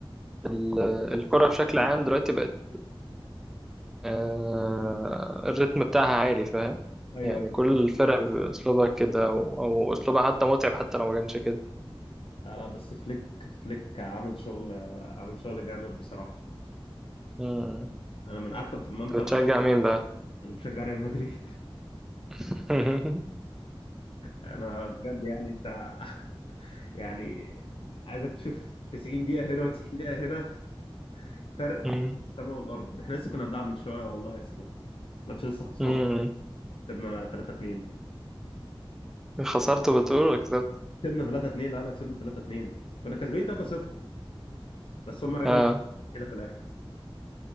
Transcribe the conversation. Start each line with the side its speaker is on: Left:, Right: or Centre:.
Centre: ال... الكرة بشكل عام دلوقتي بقت آه... الريتم بتاعها عالي فاهم
Left: ايوه
Centre: يعني كل الفرق بأسلوبها كده أو... أو أسلوبها حتى متعب حتى لو ما كانش كده
Left: لا لا بس فليك فليك عامل شغل عامل شغل جامد بصراحة
Centre: مم.
Left: انا من قعدت ما
Centre: أنت
Left: انت
Centre: بتشجع مين بقى؟
Left: انا بشجع ريال مدريد <laughs>
Centre: <laughs>
Left: انا بجد يعني انت <laughs> يعني عايزك تشوف 90 دقيقة هنا و90 دقيقة هنا <laughs> فرق
Centre: مم.
Left: في السماء والارض احنا لسه كنا بنلعب من شوية والله اصلا الماتش لسه خلصان
Centre: مم.
Left: كسبنا 3-2
Centre: خسرت بتقول ولا كسبت؟
Left: كسبنا 3-2 لا لا كسبنا 3-2 كنا كاسبين 3-0 بس هم رجعوا
Centre: اه
Left: كده في الاخر